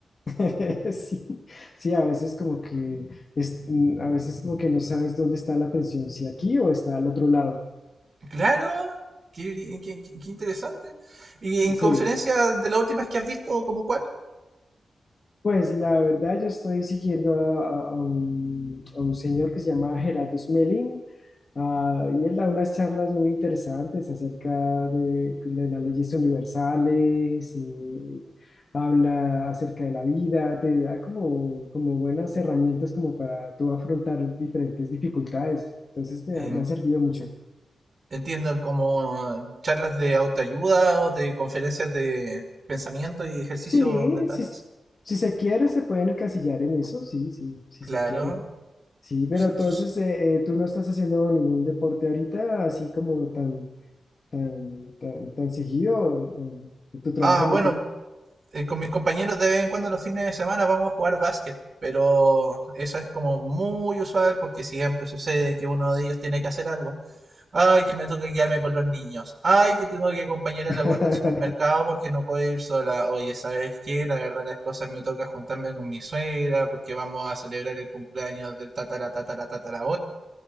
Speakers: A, on the left; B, on the right.
A: <laughs> sí, sí, a veces como que es, mm, a veces como que no sabes dónde está la atención, si aquí o está al otro lado.
B: Claro, qué, qué- qué- qué interesante. ¿Y en
A: Sí,
B: conferencias de las últimas que has visto, como cuál?
A: pues la verdad yo estoy siguiendo a, a- a un, a un señor que se llama Gerardus Smelling Ah, y él da unas charlas muy interesantes acerca de, de las leyes universales, eh, habla acerca de la vida, te da como, como buenas herramientas como para tú afrontar diferentes dificultades. Entonces me
B: En-
A: ha, me ha servido mucho.
B: entiendo como charlas de autoayuda o de conferencias de pensamiento y ejercicios
A: Sí,
B: mentales.
A: sí, si se quiere se pueden encasillar en eso, sí, sí, si
B: Claro.
A: se quiere. Sí, pero
B: S-
A: entonces
B: s-
A: eh, eh, tú no estás haciendo ningún deporte ahorita así como tan, tan, tan, tan seguido. eh, tu trabajo
B: Ah,
A: no
B: bueno,
A: te
B: eh, con mis compañeros de vez en cuando los fines de semana vamos a jugar básquet, pero eso es como muy usual porque siempre sucede que uno de ellos tiene que hacer algo. Ay, que me toca quedarme con los niños. Ay, que tengo que acompañar a
A: <laughs>
B: la gorda al supermercado porque no puedo ir sola. Oye, ¿sabes qué? La verdad las cosas me toca juntarme con mi suegra porque vamos a celebrar el cumpleaños del tatara tatara tatara